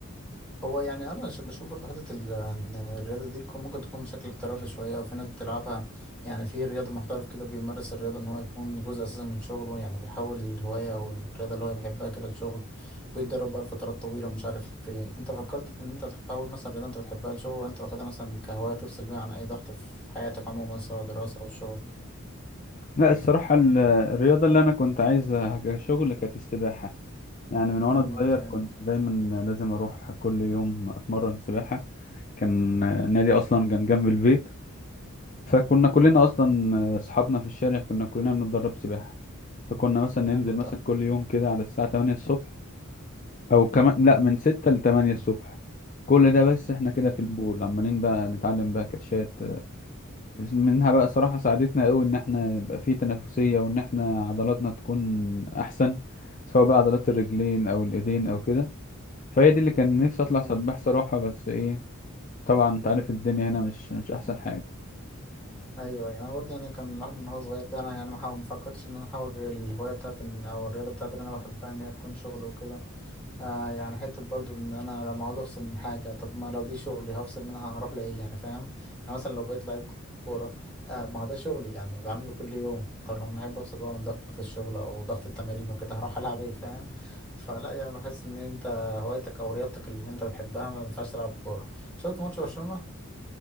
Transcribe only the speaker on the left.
لا الصراحة ال- الرياضة اللي انا كنت عايزها كشغل كانت السباحة يعني من وانا
صغير
كنت دايما لازم اروح كل يوم اتمرن سباحة كان آه، النادي اصلا كان جنب البيت فكنا كلنا اصلا آه، اصحابنا في الشارع كنا كلنا بنتدرب سباحة فكنا مثلا
ننزل مثلا
كل يوم كده على الساعة 8 الصبح أو كمان لأ من 6 ل 8 الصبح كل ده بس احنا كده في البول عمالين بقى نتعلم بقى كاتشات بس منها بقى صراحة ساعدتنا قوي ان احنا يبقى في تنافسية وان احنا عضلاتنا تكون احسن سواء بقى عضلات الرجلين او الايدين او كده فهي دي اللي كان نفسي اطلع
سباح صراحة بس ايه طبعا انت عارف الدنيا هنا مش مش احسن حاجة